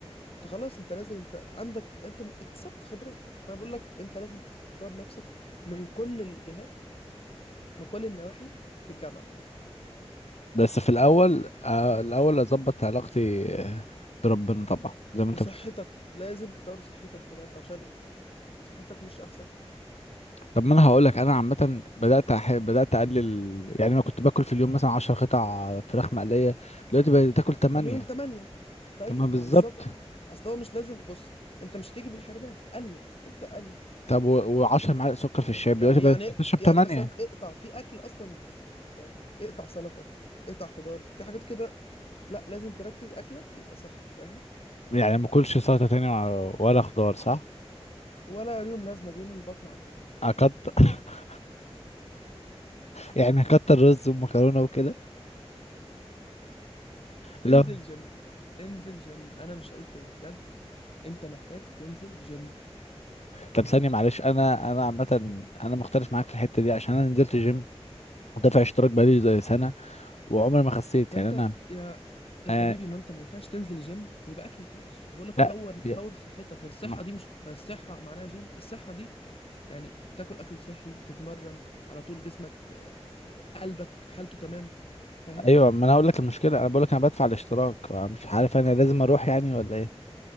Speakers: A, on the left (about 60°); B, on the left (about 85°).
A: انت خلاص انت نازل انت عندك انت اكتسبت خبرات فانا بقول لك انت لازم تطور نفسك من كل الجهات من كل النواحي في الجامعه
B: بس في الاول
A: فاهم
B: آه، الاول اظبط علاقتي آه، بربنا طبعا زي ما
A: وصحتك
B: انت بتقول
A: لازم تطور صحتك بجد عشان صحتك مش احسن حاجه
B: طب ما انا هقول لك انا عامه بدات أح... بدات اقلل يعني انا كنت باكل في اليوم مثلا 10 قطع فراخ مقليه دلوقتي بقيت تاكل 8
A: خليهم تمانية طيب
B: تمام بالظبط
A: ما بالظبط اصل هو مش لازم بص انت مش هتيجي بالحرمان قلل ابدأ قلل
B: طب و... و10 معالق سكر في الشاي
A: فاهم؟ يعني
B: دلوقتي بقيت
A: يعني
B: بشرب
A: يعني
B: 8
A: مثلا اقطع في اكل اصلا يتقطع يعني اقطع سلطة اقطع خضار في حاجات كده لا لازم تركز اكلك يبقى صحي فاهم
B: يعني ما اكلش سلطه تاني ولا ولا خضار صح
A: ولا اليوم لازمة بيملوا البطن على الفاضي
B: اكتر <laughs> يعني اكتر رز ومكرونه وكده لا
A: انزل جيم انزل جيم انا مش هقول تاني بجد انت محتاج تنزل جيم
B: طب ثانيه معلش انا انا عامه انا مختلف معاك في الحته دي عشان انا نزلت جيم ودافع اشتراك بقالي زي سنة وعمري ما خسيت
A: ما
B: يعني
A: انت
B: انا
A: يا يا
B: آه
A: حبيبي ما انت ما ينفعش تنزل الجيم ويبقى اكلك وحش بقول لك
B: لا
A: طور طور
B: يا-
A: صحتك هي الصحة
B: ما-
A: دي مش هي الصحة معناها جيم الصحة دي يعني تاكل اكل صحي تتمرن على طول جسمك آه، قلبك حالته تمام فاهم
B: ايوه ما انا هقول لك المشكله انا بقول لك انا بدفع الاشتراك مش عارف انا لازم اروح يعني ولا ايه